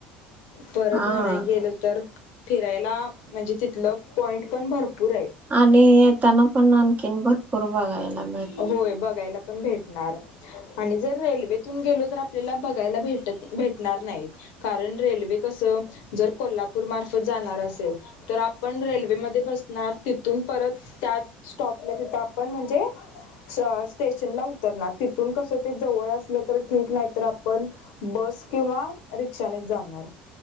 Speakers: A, on the left; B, on the right.
A: परत
B: हा.
A: म्हणाय गेलं तर फिरायला म्हणजे तिथलं पॉईंट पण भरपूर आहेत
B: आणि येतांना पण आणखीन भरपूर बघायला ला
A: होय बघायला पण भेटणार आणि जर रेल्वेतून गेलो तर आपल्याला बघायला भेटत भेटणार नाहीत कारण रेल्वे कस जर कोल्हापूर मार्फत जाणार असेल तर आपण रेल्वेमध्ये बसणार तिथून परत त्या स्टॉपला तिथं आपण म्हणजे स स्टेशनला उत् तरणार तिथून कस ते जवळ असलं तर ठीक नाही तर आपण बस किंवा रिक्षानेच जाणार